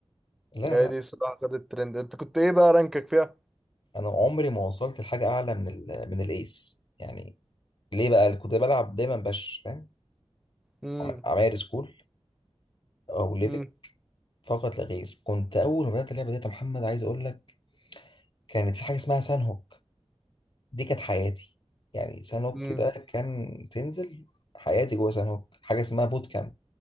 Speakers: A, on the left (about 50°); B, in the centre.
A: لا
B: هي
A: لا
B: دي الصراحه خدت الترند انت كنت ايه بقى رانكك فيها
A: انا عمري ما وصلت لحاجه اعلى من ال من الايس يعني ليه بقى كنت بلعب دايما باش فاهم
B: امم
A: عم- عماير سكول او ليفك
B: امم
A: فقط لا غير كنت اول ما بدات اللعبه ديت يا محمد عايز اقول لك كانت في حاجه اسمها سان هوك دي كانت حياتي يعني سان هوك
B: امم
A: ده كان تنزل حياتي جوه سان هوك حاجه اسمها بوت كامب